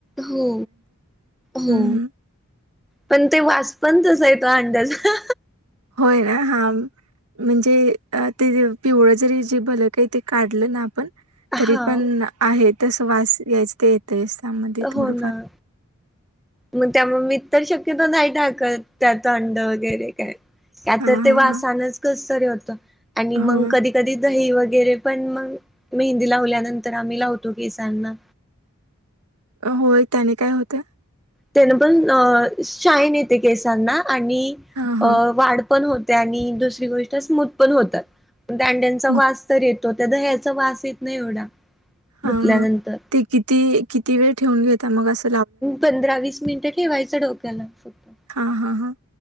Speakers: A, in the centre; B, on the right.
A: हो हो
B: हम्म
A: पण ते वा पण तसा येतो अंडाचा
B: होय ना हा म्हणजे ते पिवळं जरी जे भल काही ते काढलं ना आपण
A: हा
B: तरी पण आहे तस वास यायच ते येतच त्यामध्ये
A: हो
B: थोडंफार
A: ना मग त्यामुळे मी तर शक्यतो नाही टाकत त्यात अंड वगैरे काय त्या
B: हां
A: तर ते
B: हां
A: वासानच
B: हां
A: कसतरी होत आणि मग
B: हो
A: कधी कधी दही वगैरे वगैरे पण मग मेहंदी लावल्यानंतर आम्ही लावतो केसांना
B: अ, होय त्याने काय होत
A: त्यान पण शाईन येते केसांना आणि
B: हां हां
A: वाढ पण होते आणि दुसरी गोष्ट स्मूथ पण होतात दांड्यांचा
B: मग
A: वास तर तो त्या ह्याचा वास येत नाही एवढा
B: हा
A: धुतल्यानंतर.
B: हा ते किती किती वेळ ठेवून घेता मग अस
A: पंधरा वीस मिनिटं ठेवायचं डोक्याला फक्त
B: हां हां हां